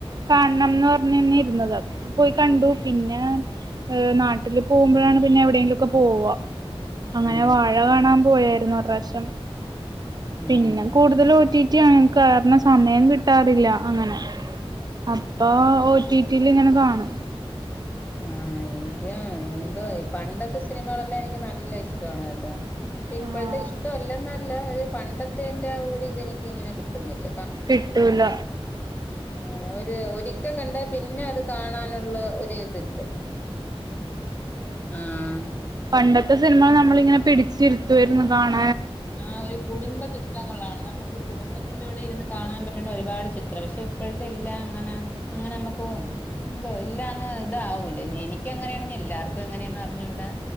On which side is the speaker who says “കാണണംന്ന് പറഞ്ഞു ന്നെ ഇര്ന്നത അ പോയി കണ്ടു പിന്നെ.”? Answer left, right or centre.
Right